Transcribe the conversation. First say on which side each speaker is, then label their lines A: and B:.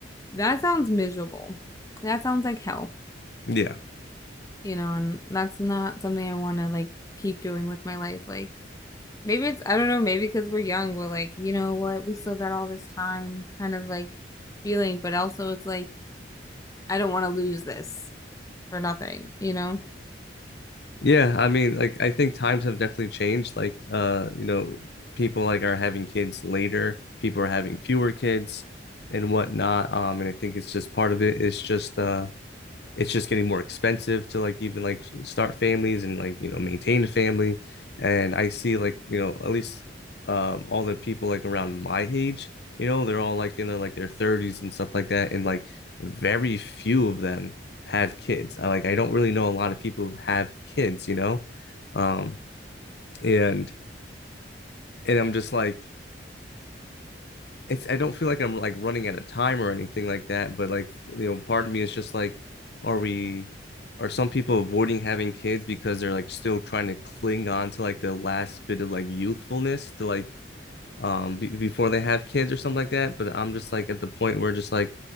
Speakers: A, on the left; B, on the left.
A: That sounds miserable. That sounds like hell,
B: Yeah.
A: you know, and that's not something I want to like keep doing with my life. Like maybe it's, I don't know, maybe because we're young, we're like, you know what, we still got all this time kind of like feeling, but also it's like, I don't want to lose this for nothing, you know,
B: Yeah, I mean, like I think times have definitely changed. Like uh, you know, people like are having kids later, people are having fewer kids and whatnot. Um, and I think it's just part of it. It's just uh it's just getting more expensive to like even like start families and like you know maintain a family and I see like you know at least um all the people like around my age you know they're all like in their like their 30s and stuff like that and like very few of them have kids I like I don't really know a lot of people who have kids you know um and and I'm just like it's I don't feel like I'm like running out of time or anything like that, but like you know, part of me is just like, are we are some people avoiding having kids because they're like still trying to cling on to like the last bit of like youthfulness to like um be before they have kids or something like that. But I'm just like at the point where just like